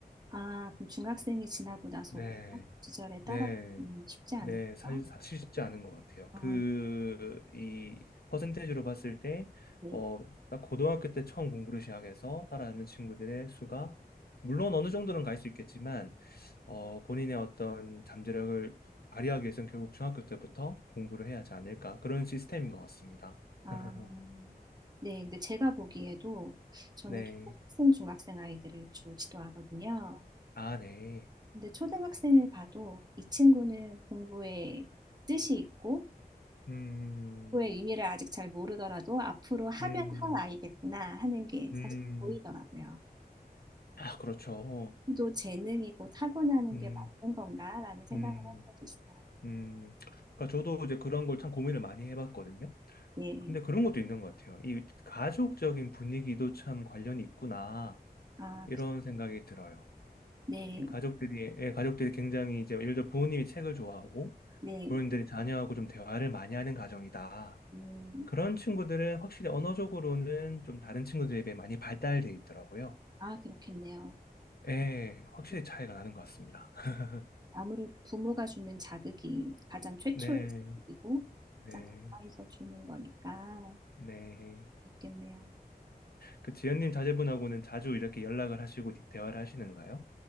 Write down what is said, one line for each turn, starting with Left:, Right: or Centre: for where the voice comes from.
Right: 아, 그럼 중학생이 지나고 나서
Left: 네,
Right: 고등학교 시절에 따라가기는
Left: 네.
Right: 쉽지 않을까요?
Left: 네, 사실, 사실 쉽지 않은 것 같아요.
Right: 아,
Left: 그, 이, 퍼센테이지로 봤을 때,
Right: 네.
Left: 어, 딱 고등학교 때 처음 공부를 시작해서 따라하는 친구들의 수가, 물론 어느 정도는 갈 수 있겠지만, 어, 본인의 어떤 잠재력을 발휘하기 위해서는 결국 중학교 때부터 공부를 해야 하지 않을까. 그런 시스템인 것 같습니다.
Right: 아,
Left: <laughs>
Right: 네. 근데 제가 보기에도 저는
Left: 네.
Right: 초등학생, 중학생 아이들을 주로 지도하거든요.
Left: 아, 네.
Right: 근데 초등학생을 봐도 이 친구는 공부에 뜻이 있고
Left: 음,
Right: 공부의 의미를 아직 잘 모르더라도 앞으로 하면
Left: 음,
Right: 할 아이겠구나 하는 게
Left: 음.
Right: 사실 보이더라고요.
Left: 아, 그렇죠.
Right: 또 재능이고 타고나는
Left: 음,
Right: 게 맞는 건가라는 생각을
Left: 음.
Right: 한 적도 있어요.
Left: 음, 그러니까 저도 이제 그런 걸 참 고민을 많이 해봤거든요.
Right: 네,
Left: 근데 그런 것도 있는 것 같아요. 이 가족적인 분위기도 참 관련이 있구나
Right: 아,
Left: 이런
Right: 그-
Left: 생각이 들어요.
Right: 네,
Left: 이 가족들이 예, 가족들이 굉장히 이제 예를 들어 부모님이 책을 좋아하고
Right: 네,
Left: 부모님들이 자녀하고 좀 대화를 많이 하는 가정이다.
Right: 음,
Left: 그런 친구들은 확실히 언어적으로는 좀 다른 친구들에 비해 많이 발달돼 있더라고요.
Right: 아, 그렇겠네요.
Left: 예, 확실히
Right: 음,
Left: 차이가 나는 것 같습니다. <laughs>
Right: 아무래도 부모가 주는 자극이 가장 최초의
Left: 네,
Right: 자극이고
Left: 네,
Right: 가장 가까이서 주는 거니까
Left: 네.
Right: 있겠네요.
Left: 그 지연님 자제분하고는 자주 이렇게 연락을 하시고 대화를 하시는가요?